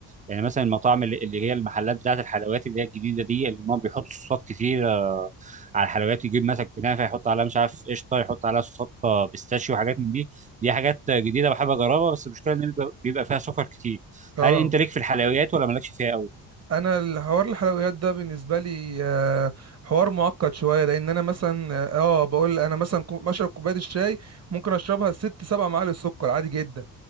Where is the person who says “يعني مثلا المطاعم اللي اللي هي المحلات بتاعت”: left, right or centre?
Right